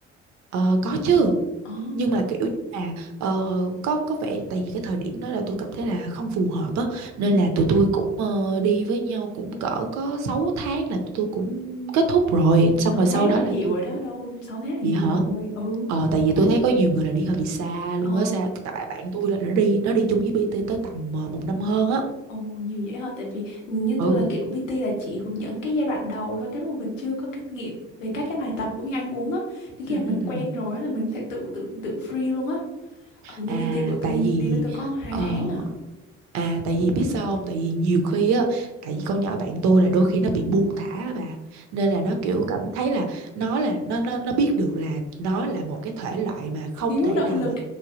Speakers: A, on the right; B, on the left.
A: Ờ, có chứ
B: ờ
A: nhưng mà kiểu như là ờ, có có vẻ tại vì cái thời điểm đó là tôi cảm thấy là không phù hợp á nên
B: ừ.
A: là tụi tôi cũng ờ, đi với nhau cũng cỡ có 6 tháng là tụi tôi cũng kết thúc rồi xong
B: 6
A: rồi
B: tháng
A: sau đó
B: là nhiều
A: là tôi
B: rồi đó đâu 6 tháng là nhiều
A: vậy hả
B: rồi ừ
A: ờ tại vì tôi thấy có nhiều người là đi hơi bị xa luôn
B: ờ
A: á xa tại bạn bạn tôi là nó đi nó đi chung với BT tới tầm ờ, một năm hơn á
B: ồ nhiều vậy hả tại vì như tôi
A: ừ
B: là kiểu PT là chỉ hướng dẫn cái giai đoạn đầu thôi cái lúc mà mình chưa có kinh nghiệm về các cái bài tập cũng như ăn uống á thì khi
A: ừ
B: mà mình
A: ừ ừ
B: quen rồi á là mình có thể tự tự tự free luôn á ở như
A: à
B: PT của tôi
A: tại vì
B: đi với tôi có hai
A: ờ,
B: tháng à
A: À tại vì biết sao không? Tại vì nhiều khi á, tại vì con nhỏ bạn tôi là đôi khi nó bị buông thả á bà. Nên là nó kiểu cảm thấy là nó là nó nó nó biết được là nó là một cái thể loại mà không
B: thiếu
A: thể
B: động
A: nào
B: lực
A: mà